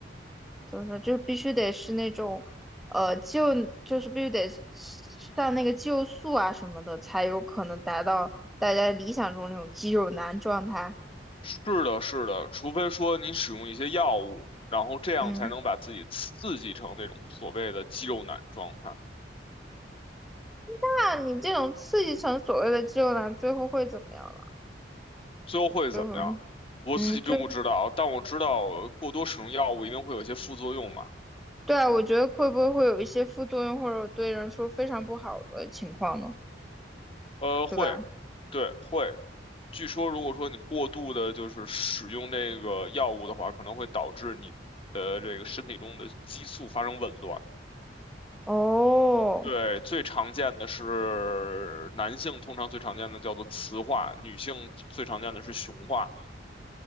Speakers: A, in the centre; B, on the left.
A: 怎么说，就必须得是那种呃就就是必须得上那个肌肉素啊什么的，才有可能达到大家理想中那种肌肉男状态。
B: 是的，是的，除非说你使用一些药物，然后这样才能把自己刺激成那种所谓的肌肉男状态。
A: 嗯。那你这种刺激成所谓的肌肉男，最后会怎么样了？
B: 最后会怎么样？
A: 最后，
B: 我自己并不知道，
A: 嗯，就
B: 但我知道呃过多使用药物一定会有一些副作用嘛。
A: 对啊，我觉得会不会会有一些副作用，或者对人说非常不好的情况呢？
B: 呃，
A: 对吧？
B: 会，对，会。据说如果说你过度的就是使用这个药物的话，可能会导致你的这个身体中的激素发生紊乱。
A: 哦，
B: 对，最常见的是男性，通常最常见的叫做雌化，女性最常见的是雄化。